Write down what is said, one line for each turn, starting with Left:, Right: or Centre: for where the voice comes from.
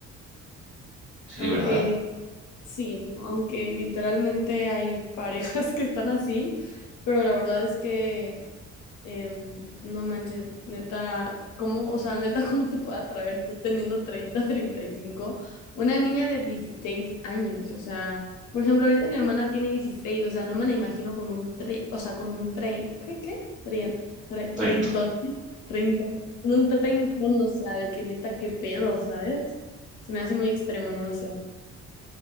Centre: Sí,
Left: aunque,
Centre: ¿verdad?
Left: sí, ¿no? aunque literalmente hay parejas <laughs> que están así, pero la verdad es que Em, no manches, neta, ¿cómo, o sea, neta, <laughs> cómo te puede atraer tú teniendo treinta, treinta y cinco una niña de 16 años? O sea, por ejemplo, ahorita mi hermana tiene dieciséis o sea, no me la imagino con un tre, o sea, con un tre, ¿qué, qué? Tre, tre-
Centre: treinta
Left: treintón, <laughs> treintón, con un treintón, o sea, de que neta, qué pedo, ¿sabes? Se me hace muy extremo, no lo sé.